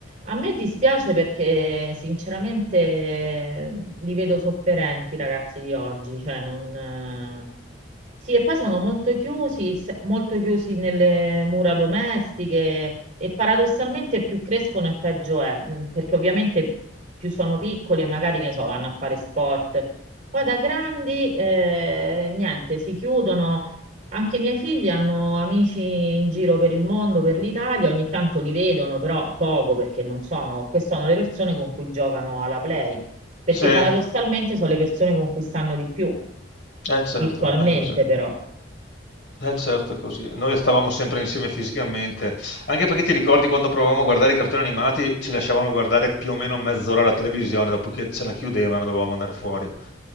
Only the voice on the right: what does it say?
A me dispiace perché sinceramente eh, li vedo sofferenti i ragazzi di oggi, cioè non... eh, Sì, e poi sono molto chiusi, s- molto chiusi nelle mura domestiche e paradossalmente più crescono e peggio è, mm, perché ovviamente più sono piccoli e magari, che ne so, vanno a fare sport. Poi da grandi, eh, niente, si chiudono anche i miei figli hanno amici in giro per il mondo, per l'Italia, ogni tanto li vedono, però poco perché non sono, che sono le persone con cui giocano alla Play, perché
paradossalmente sono le persone con cui stanno di più,
virtualmente
però.